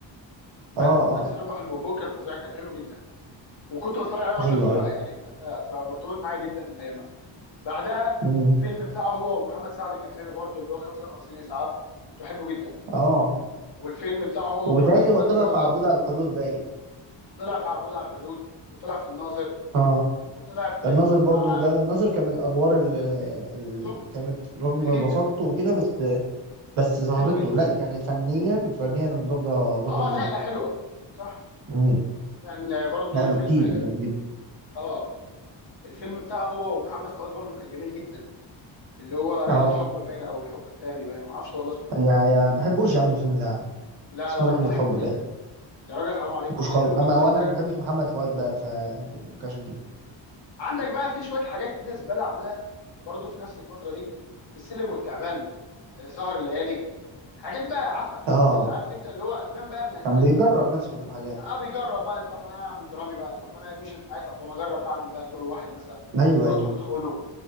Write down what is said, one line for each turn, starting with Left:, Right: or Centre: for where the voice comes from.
Left: من
Right: أه أه
Left: من سيربح البونبون كان فظيع كان حلو جدا وكنت بتفرج عليه وانا
Right: أيوه
Left: طفل
Right: أيوه
Left: بقى يعني ك- ف- فمرتبط معايا جدا ايامها بعدها
Right: أمم،
Left: فيلم بتاعه هو ومحمد سعد كان حلو برضه اللي هو 55 اسعاف كنت بحبه جدا
Right: أه
Left: والفيلم بتاعه هو
Right: وبالتالي
Left: ومحمد فؤاد
Right: هو طلع
Left: اللي هو
Right: في عبود على الحدود باين
Left: طلع في عبود على الحدود وطلع في الناظر
Right: أه
Left: وطلع في
Right: الناظر
Left: مع
Right: برضو ده بالناظر كان من الأدوار اللي, اللي
Left: توب
Right: كانت رغم
Left: كان جميل جدا
Right: بساطته وكده بس بس
Left: كان
Right: ظهرته
Left: حلو جدا
Right: لا يعني فنيا فنيا الدور ده ظهره
Left: اه
Right: جدا
Left: نقله حلوه صح
Right: مم.
Left: كان برضه
Right: نقله
Left: الفيلم
Right: كتير يعني جدا
Left: اه الفيلم بتاعه هو ومحمد فؤاد برضه كان جميل جدا اللي هو رحله
Right: اه
Left: حب باين او الحب التاني باين ما اعرفش والله اسمه ايه
Right: يا يا ما بحبوش يا عم الفيلم ده يا عم
Left: لا
Right: اسمه
Left: لا والله
Right: رحلة
Left: احبه
Right: حب
Left: جدا
Right: باين ما
Left: يا راجل حرام عليك
Right: بحبوش خالص
Left: حلو
Right: انا
Left: جدا
Right: وانا
Left: وكان
Right: ما بحبش محمد فؤاد بقى ف يعني ممكن عشان كده
Left: عندك بقى في شويه حاجات كده زباله عملها برضو في نفس الفتره دي السلم والتعبان آه، سهر الليالي حاجات بقى عفن
Right: اه
Left: يعني عارف انت اللي هو افلام بقى ما
Right: كان بيجرب نفسه في الحاجات
Left: اه بيجرب بقى طب ما انا اعمل درامي بقى طب ما انا مشيت معايا طب ما اجرب بعمل بقى دور واحد مثلا
Right: ايوه
Left: مراته
Right: ايوه
Left: بتخونه